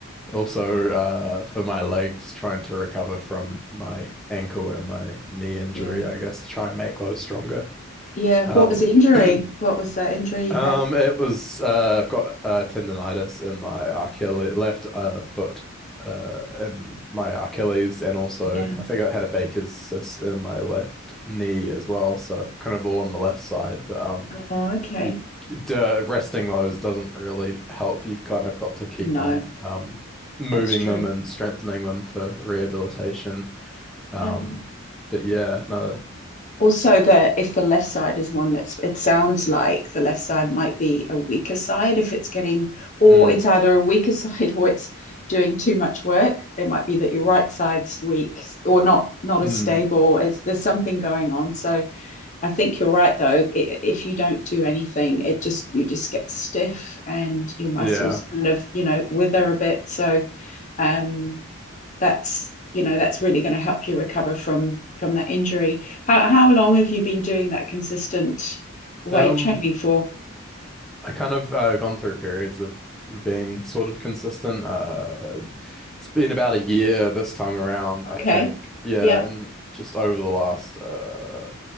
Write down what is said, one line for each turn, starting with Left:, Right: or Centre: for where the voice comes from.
Centre: also uh for my legs, trying to recover from my ankle and my knee injury,
Left: Yeah.
Centre: I guess, to try and make those stronger.
Left: yeah?
Centre: Um
Left: What was the injury?
Centre: <clears throat>
Left: What was the injury
Centre: Um,
Left: you had?
Centre: it was uh, I've got uh, tendonitis in my Achilles left uh, foot, uh, in my Achilles, and also
Left: Yeah.
Centre: I think I had a Baker's cyst in my left knee as well. So kind of all on the left side, but um,
Left: Mhm. Oh, okay.
Centre: the the resting those doesn't really help. You've kind of got to keep
Left: No,
Centre: on um moving
Left: that's true.
Centre: them and strengthening them for rehabilitation. Um,
Left: Um,
Centre: but yeah, no,
Left: Also, the if the left side is one that's it sounds like the left side might be a weaker side if it's getting or
Centre: mm,
Left: it's either a weaker <laughs> side or it's doing too much work. It might be that your right side's weak or not not
Centre: mm,
Left: as stable as there's something going on. So I think you're right though. If you don't do anything, it just you just get stiff and your muscles
Centre: yeah.
Left: kind of, you know, wither a bit. So um that's you know that's really going to help you recover from from that injury. How how long have you been doing that consistent weight
Centre: Um.
Left: training for?
Centre: I kind of uh, gone through periods of being sort of consistent. Uh, it's been about a year this time around, I
Left: Okay.
Centre: think. Yeah,
Left: Yeah.
Centre: and just over the last uh